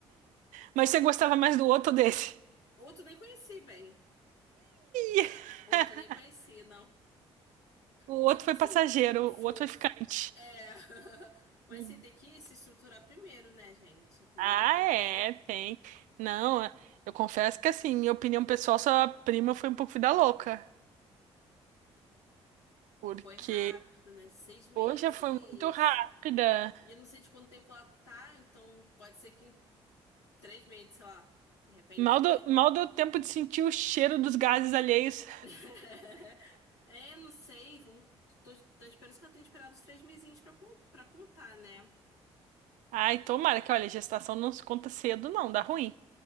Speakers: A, on the right; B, on the left.
A: Mas você gostava mais do outro ou desse?
B: outro nem conheci bem,
A: Ih, <laughs>
B: outro nem conheci, não.
A: O
B: Mas
A: outro
B: que
A: foi
B: assim,
A: passageiro,
B: for.
A: o outro foi ficante.
B: É. <laughs> Mas
A: Hum.
B: sim, tem que se estruturar primeiro, né, gente? Primeiro
A: Ah,
B: tem que.
A: é, tem. Não, é, eu confesso que assim, minha opinião pessoal, sua prima foi um pouco vida louca. Porque,
B: Foi rápido, né? Seis meses.
A: poxa, foi muito rápida.
B: E eu não sei de quanto tempo ela tá, então pode ser que em Três meses, sei lá, de repente,
A: Mal
B: porque.
A: deu, mal deu tempo de sentir o cheiro dos gases alheios.
B: <laughs> É, não sei, vamos. Tô, tô esperando que ela tenha esperado os três mesinhos pra, con- pra contar, né?
A: Ai, tomara que, olha, gestação não se conta cedo, não, dá ruim.